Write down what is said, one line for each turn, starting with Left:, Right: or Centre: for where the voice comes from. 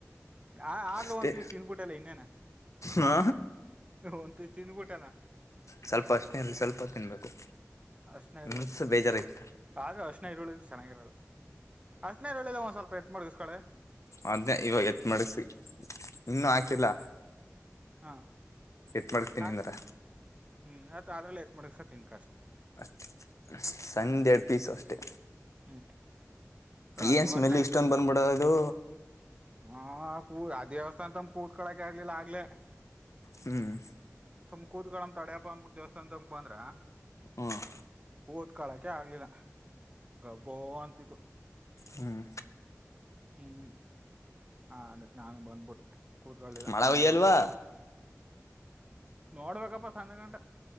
Right: ಆ ಆದ್ರೂ
Left: ಅಷ್ಟೇ
Right: ಒಂದ್ ಪೀಸ್ ತಿನ್ಬಿಟ್ಟಲ್ಲ ಇನ್ನೇನ.
Left: ಹ
Right: ಒಂದ್ ಪೀಸ್ ತಿಂದಬಿಟ್ಟಲ್ಲ.
Left: ಸ್ವಲ್ಪ ಅಷ್ಟನೇಲ್ಲಿ ಸ್ವಲ್ಪ ತಿನ್ಬೇಕು.
Right: ಹರಷ್ಣ ಈರುಳ್ಳಿದು,
Left: ಮನ್ಸು ಬೇಜಾರೈತ
Right: ಆದ್ರ ಹರಷ್ಣ ಈರುಳ್ಳಿದ ಚೆನ್ನಾಗಿರೋದು, ಅಷ್ಟನೇರು ಹೇಳಿದೆ ಒಂದ್ ಸ್ವಲ್ಪ ಎತ್ ಮಾಡಗಸ್ಕಳೆ,
Left: ಅದೇ ಇವಾಗ ಎತ್ ಮಾಡಡಗಿಸಿ, ಇನ್ನೂ ಹಾಕಿಲ್ಲ,
Right: ಹಾ,
Left: <unintelligible>
Right: ಖಾರ
Left: ನಿಂದ್ರ
Right: ಹ್ಮ್ ಅತ್ ಅ್ರಲ್ಲ ಎತ್ ಮಾಡಗಸತಿನಿ.
Left: ಅ ಸಂಡೇ ಪೀಸ ಅಷ್ಟೆ.
Right: ಹ್ಮ್ ಸಾಕು
Left: ಏನ್ ಸ್ಮೆಲ್
Right: ಅರ್ಶಿನ
Left: ಇಷ್ಟೊಂದ ಬಂದಬಿಡ ಅದು.
Right: ಹ ಕೂ ಅ ದೇವಸ್ಥಾನಂತಮ ಕೂತ್ ಕಳಕೆ ಆಗ್ಲಿಲ್ಲ ಆಗ್ಲೆ.
Left: ಹ್ಮ್.
Right: ಕೂತ್ಕೊಳ್ಳಮ್ಮ್ ತಡ್ಯಾಪ್ಪ ಅನ್ಬಿಟ್ಟ ದೇವಸ್ಥಾನ ತಕ್ ಬಂದ್ರ,
Left: ಹ್ಮ್.
Right: ಕೂತ್ಕಳಕ್ಕೆ ಆಗ್ಲಿಲ್ಲ ಗಬ್ಬೋ ಅಂತಿತ್ತು.
Left: ಹ್ಮ್
Right: ಹ್ಮ್ ಹ ಅದಕ್ಕ ನಾನು ಬಂದ್ಬಿಟ್ಟೆ. ಕೂತ್ಕೊಳ್ಳಿಲ್ಲ
Left: ಮಳೆ
Right: ಮನೆಗ್
Left: ಒಯ್ಯಲ್ವಾ
Right: ಹೊಂಟದೇ. ನೋಡ್ಬೇಕಪ್ಪ ಸಂಜ ಗಂಟ,